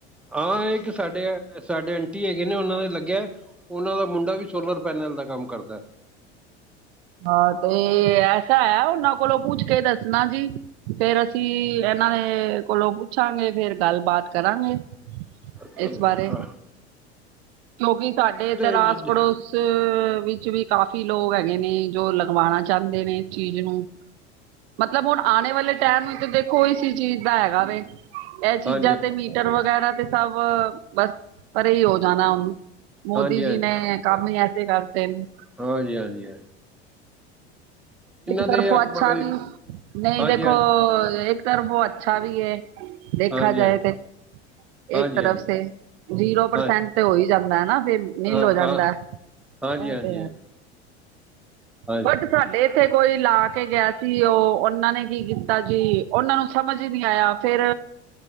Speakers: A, in the centre; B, on the right.
A: ਹਾਂ ਇੱਕ ਸਾਡੇ ਆ। ਸਾਡੇ ਆਂਟੀ ਹੈਗੇ ਨੇ ਉਹਨਾਂ ਦੇ ਲੱਗਿਆ, ਉਹਨਾਂ ਦਾ ਮੁੰਡਾ ਵੀ ਸੋਲਰ ਪੈਨਲ ਦਾ ਕੰਮ ਕਰਦਾ।
B: ਹਾਂ ਤੇ ਐਸਾ ਐ, ਉਹਨਾਂ ਕੋਲੋਂ ਪੁੱਛ ਕੇ ਦੱਸਣਾ ਜੀ। ਫਿਰ ਅਸੀਂ ਇਹਨਾਂ ਦੇ ਕੋਲੋਂ ਪੁੱਛਾਂਗੇ ਫਿਰ ਗੱਲਬਾਤ ਕਰਾਂਗੇ।
A: ਹਾਂ।
B: ਇਸ ਬਾਰੇ ਕਿਉਂਕਿ ਸਾਡੇ ਇੱਧਰ
A: ਹਾਂਜੀ
B: ਆਸ ਪੜੋਸ ਤੇ ਵਿੱਚ ਵੀ ਕਾਫੀ ਲੋਕ ਹੈਗੇ ਨੇ ਜੋ ਲੰਗਵਾਣਾ ਚਾਹੁੰਦੇ ਨੇ ਇਸ ਚੀਜ਼ ਨੂੰ ਮੱਤਲਬ ਹੁਣ ਆਣੇ ਵਾਲੇ ਟਾਈਮ ਵਿੱਚ ਦੇਖੋ ਇਸ ਚੀਜ਼ ਦਾ ਹੈਗਾ ਵੇ, ਇਹ ਚੀਜ਼ਾਂ
A: ਹਾਂ ਹਾਂਜੀ
B: ਮੀਟਰ ਵਗੈਰਾ ਤੇ ਸਭ ਬੱਸ ਪਰੇ ਹੀ ਹੋ ਜਾਣ ਹੁਣ, ਮੋਦੀ
A: ਹਾਂਜੀ
B: ਜੀ ਨੇ ਮੈਂ ਕੰਮ ਹੀ ਐਸੇ ਕਰਤੇ ਨੇ
A: ਹਾਂਜੀ-ਹਾਂਜੀ-ਹਾਂਜੀ।
B: ਇੱਕ
A: ਦੇ
B: ਤਰਫੋਂ
A: ਆਪਾਂ
B: ਅੱਛਾ ਵੀ, ਨਹੀਂ
A: ਹਾਂਜੀ
B: ਦੇਖੋ
A: ਹਾਂਜੀ
B: ਇੱਕ ਤਰਫੋ ਅੱਛਾ ਵੀ ਐ। ਦੇਖਾ
A: ਹਾਂਜੀ
B: ਜਾਏ ਤੇ
A: ਹਾਂਜੀ
B: ਇੱਕ ਤਰਫ
A: ਹਾਂਜੀ
B: ਸੇ, ਜ਼ੀਰੋ ਪਰਸੈਂਟ
A: ਹਾਂਜੀ
B: ਤੇ ਹੋ ਹੀ ਜਾਂਦਾ ਏ ਨਾ ਫਿਰ ਨਿਲ
A: ਹਾਂ
B: ਹੋ ਜਾਂਦਾ।
A: ਹਾਂ
B: ਇਹ
A: ਹਾਂਜੀ ਹਾਂਜੀ
B: ਤੇ
A: ਹਾਂਜੀ ਹਾਂਜੀ
B: ਬਟ ਸਾਡੇ ਇੱਥੇ ਕੋਈ ਲਾ ਕੇ ਗਿਆ ਸੀ। ਉਹ ਉਹਨਾਂ ਨੇ ਕੀ ਕੀਤਾ ਜੀ ਉਹਨਾਂ ਨੂੰ ਸਮਝ ਹੀ ਨਹੀਂ ਆਇਆ। ਫਿਰ